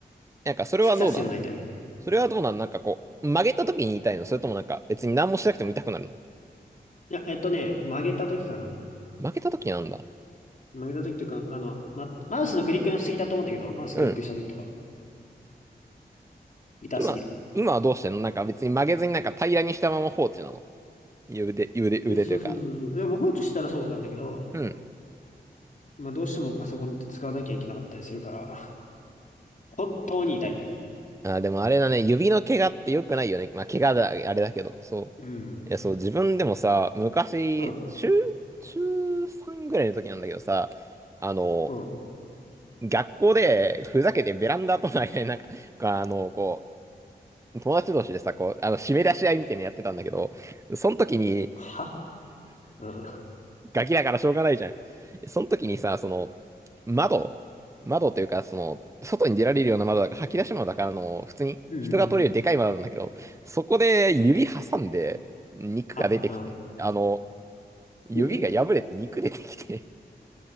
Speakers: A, on the right; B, on the left.
A: なんか、それはどうなの
B: 突き刺すような痛み。い
A: それはどうなのなんかこう、曲げた時に痛いのそれともなんか、別に何もしなくても痛くなるの
B: や、えっとね、曲げた時かな。
A: 曲げた時なんだ。
B: 曲げた時というか、あの、ま、マウスのクリックのしすぎだと思うんだけど、マウスクリックした時とか、
A: うん。
B: 痛すぎる。
A: 今、今はどうしてんのなんか別に曲げずになんか平らにしたまま放置なの。腕、腕、腕というか、
B: いやそうそうそうそう。いや、もう放置したらそうなんだけど、
A: うん。
B: まあ、どうしてもパソコンって使わなきゃいけなかったりするから、本当に痛い。
A: あ、でもあれだね、指の怪我って良くないよね。まあ、怪我だ、あれだけど、そ
B: うん。
A: う。いや、そう、自分でもさ、昔、
B: うん。
A: 中、中3ぐらいの時なんだけどさ、あの、
B: うん。
A: 学校でふざけてベランダとの間になんか、あの、こう、友達同士でさ、こう、あの、締め出し合いみたいなのやってたんだけど、その時に、
B: はうん。
A: ガキだからしょうがないじゃん。その時にさ、その、窓、窓というか、その、外に出られるような窓だから、吐き出し窓だから、あの、普通に人が取れるでかい窓なんだけど、
B: うん。
A: そこで指挟んで、肉が出てきて、
B: はう
A: あの、指が破れて肉出てきて、
B: ん。え